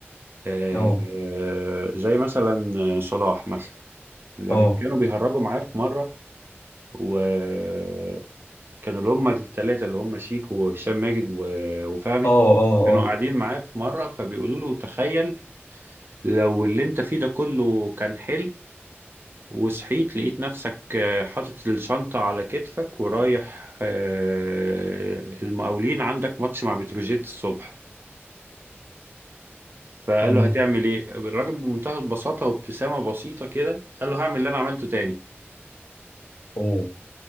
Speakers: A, on the right; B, on the left.
A: آه...
B: اه
A: آه، زي مثلا صلاح مثلا لما
B: اه
A: كانوا بيهرجوا معاه في مرة وكانوا اللي هم الثلاثة اللي هم شيكو وهشام ماجد و... وفهمي
B: اه اه
A: كانوا
B: اه
A: قاعدين معاه في مرة فبيقولوا له تخيل لو اللي انت فيه ده كله كان حلو وصحيت لقيت نفسك آه، حاطط الشنطة على كتفك ورايح آه، المقاولين عندك ماتش مع بتروجيت الصبح فقال
B: امم
A: له هتعمل ايه الراجل بمنتهى البساطة وابتسامة بسيطة كده قال له هعمل اللي انا عملته تاني
B: اوه